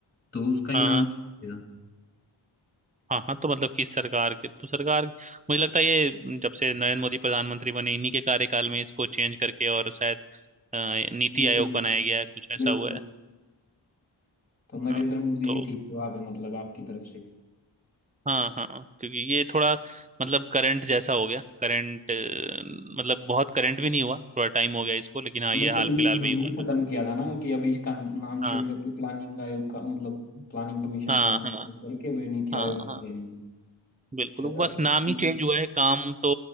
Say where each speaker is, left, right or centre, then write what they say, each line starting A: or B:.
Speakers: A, on the left; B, on the right.
A: तो उसका ही
B: हाँ
A: नाम
B: हाँ
A: लिखेगा
B: हाँ हाँ तो मतलब किस सरकार के तो सरकार मुझे लगता है ये जब से नरेंद्र मोदी प्रधानमंत्री बने इन्हीं के कार्यकाल में इसको चेंज करके और शायद अ, नीति
A: बिल्कुल
B: आयोग
A: बिल्कुल
B: बनाया गया है कुछ ऐसा
A: बिल्कुल।
B: हुआ है
A: तो नरेंद्र
B: हाँ
A: मोदी
B: तो
A: ही ठीक जवाब है मतलब आपकी तरफ से
B: हाँ हाँ हाँ, क्योंकि ये थोड़ा मतलब करंट जैसा हो गया करंट मतलब बहुत करंट भी नहीं हुआ थोड़ा टाइम हो गया इसको लेकिन हाँ
A: मतलब
B: ये हाल
A: ये
B: फिलहाल
A: इन्होंने
B: में ही हुआ
A: भी
B: था
A: खत्म किया था ना कि अभी इसका नाम
B: हाँ
A: चेंज करके प्लानिंग आयोग का मतलब प्लानिंग कमीशन
B: हाँ
A: का नाम
B: हाँ
A: change करके भी नीति
B: हाँ
A: आयोग कर
B: हाँ
A: लेंगे अच्छा,
B: बिल्कुल बस नाम ही
A: मतलब
B: चेंज हुआ है काम तो